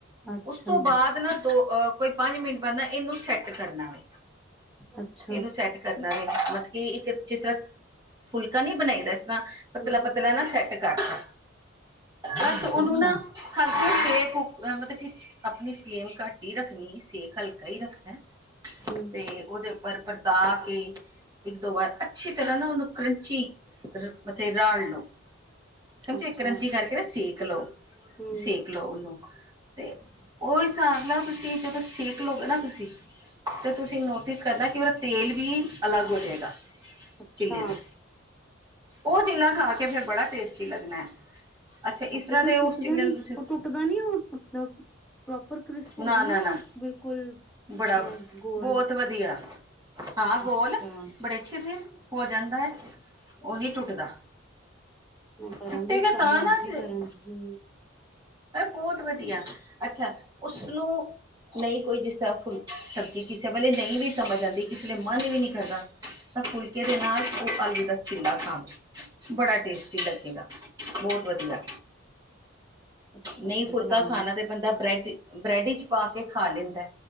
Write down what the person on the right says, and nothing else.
ਉਸ ਤੋਂ ਬਾਅਦ ਨਾ ਦੋ ਅਹ ਕੋਈ, ਪੰਜ ਮਿੰਟ ਬਾਅਦ ਨਾ ਇਹਨੂੰ ਸੈੱਟ ਕਰਨਾ ਵੇ।
ਇਹਨੂੰ ਸੈਟ ਕਰਨਾ ਵੇ ਮਤਲਬ ਕੀ ਇੱਕ ਜਿਸ ਤਰ੍ਹਾਂ ਫੁਲਕਾ ਨਹੀਂ ਬਣਾਈ ਦਾ, ਇਸ ਤਰ੍ਹਾਂ ਪਤਲਾ-ਪਤਲਾ
ਨਾ ਸੈੱਟ ਕਰਤਾ। ਬਸ ਉਹਨੂੰ
ਨਾ, ਹਲਕੀ ਸੇਕ ਮਤਲਬ ਕਿ, ਆਪਣੀ ਫਲੇਮ ਘੱਟ ਹੀ ਰੱਖਣੀ ਸੇਕ ਹਲਕਾ ਹੀ ਰੱਖਣਾ।
ਤੇ ਉਹਦੇ ਉੱਪਰ ਪਰਤਾ ਕੇ ਇੱਕ ਦੋ ਵਾਰ ਅੱਛੀ ਤਰ੍ਹਾਂ ਨਾ ਉਹਨੂੰ ਕਰੰਚੀ ਮਥੇ ਰਾਲ ਲਉ ਸਮਝੋ
ਇੱਕ ਰੰਜੀ ਕਰਕੇ ਨਾ ਸੇਕ ਲਓ
ਸੇਕ ਲਓ ਉਹਨੂੰ ਤੇ ਉਹ ਹਿਸਾਬ ਨਾਲਓ ਤੁਸੀਂ ਜਦੋਂ ਸਿੱਖ ਲਓਗੇ ਨਾ ਤੁਸੀਂ ਤੇ ਤੁਸੀਂ ਨੋਟਿਸ ਕਰਨਾ ਕਿ ਉਹਦਾ ਤੇਲ ਵੀ ਅਲੱਗ ਹੋ ਜਾਏਗਾ ਚਿੱਲੇ
ਤੋਂ ਉਹ ਚਿੱਲਾ ਖਾ ਕੇ ਫੇਰ ਬੜਾ ਟੇਸਟੀ ਲੱਗਣਾ ਹੈ ਇਸ
ਤਰ੍ਹਾਂ
ਦੇ
ਉਸ
ਚਿੱਲੇ
ਨੂੰ ਤੁਸੀਂ
ਨਾ
ਨਾ
ਨਾ
ਬੜਾ
ਬਹੁਤ ਵਧੀਆ ਹਾਂ
ਗੋਲ, ਬੜੇ ਅੱਛੇ ਤੇ ਹੋ ਜਾਂਦਾ ਹੈ ਉਹ ਨਹੀਂ ਟੁੱਟਦਾ
ਟੁੱਟੇਗਾ
ਤਾਂ
ਨਾ ਇਹ
ਬਹੁਤ ਵਧੀਆ, ਅੱਛਾ ਉਸਨੂੰ ਨਹੀਂ ਕੋਈ ਜਿਸ ਚਾਹਫੁਲ ਸਬਜ਼ੀ ਕਿਸੇ ਵੇਲੇ ਨਹੀਂ ਵੀ ਸਮਝ ਆਉਂਦੀ ਕਿਸੇ ਲਈ ਮਨ ਵੀ ਨਹੀ ਕਰਦਾ। ਤਾਂ ਫੁਲਕੇ ਦੇ ਨਾਲ ਉਹ ਆਲੂ ਦਾ ਚਿੱਲਾ ਖਾਣ ਬੜਾ ਟੇਸਟੀ ਲੱਗੇਗਾ। ਬਹੁਤ ਵਧੀਆ
ਨਹੀਂ
ਫੁਲਕਾ
ਖਾਣਾ ਤੇ ਬੰਦਾ ਬ੍ਰੈਡ ਬ੍ਰੈਡ ਵਿੱਚ ਪਾ ਕੇ ਖਾ ਲੈਂਦਾ